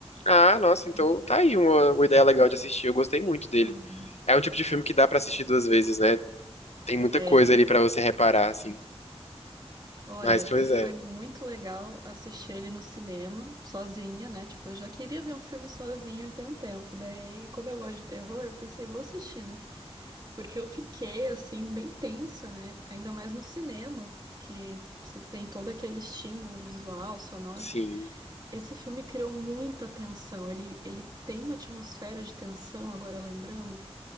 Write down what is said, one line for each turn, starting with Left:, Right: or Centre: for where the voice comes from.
Left: Ah, nossa, então
Right: Sim.
Left: tá aí uma, uma ideia legal de assistir. Eu gostei muito dele.
Right: Aham.
Left: É um tipo de filme que dá pra assistir duas vezes, né? Tem muita
Right: É,
Left: coisa ali pra você reparar, assim.
Right: olha,
Left: Mas, pois
Right: e foi
Left: é,
Right: muito legal assistir ele no cinema, sozinha, né? Tipo, eu já queria ver um filme sozinha tem um tempo. Daí, como eu gosto de terror, eu pensei, vou assistir, né? Porque eu fiquei, assim, bem tensa, né? Ainda mais no cinema, que você tem todo aquele estímulo visual, sonoro.
Left: sim.
Right: Esse filme criou muita tensão. Ele, ele tem uma atmosfera de tensão, agora lembrando.